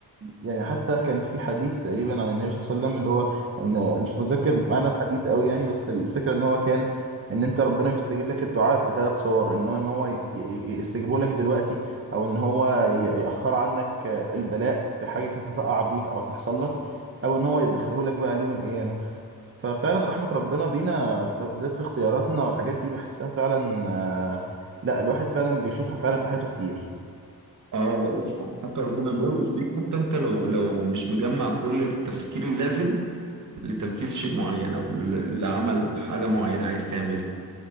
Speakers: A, on the right; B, on the right.
A: يعني حتى كان في حديث تقريبا عن النبي صلى الله عليه وسلم اللي هو ان مش متذكر معنى الحديث قوي يعني بس الفكره ان هو كان ان انت ربنا بيستجيب لك الدعاء بثلاث صور ان هو ان هو ي- ي- يستجيبه لك دلوقتي او ان هو ي- ياخر عنك البلاء في حاجه كانت هتقع بيك او هتحصل لك او ان هو يدخره لك بقى ليوم القيامه ففعلا رحمه ربنا بينا ف- بالذات في اختياراتنا والحاجات دي بحسها فعلا آه، لا الواحد فعلا بيشوفها فعلا في حياته كتير
B: اه رؤوفة حتى ربنا بيرؤوف بيك حتى انت لو لو مش مجمع كل التفكير اللازم لتنفيذ شيء معين او ل- لعمل حاجة معينة عايز تعملها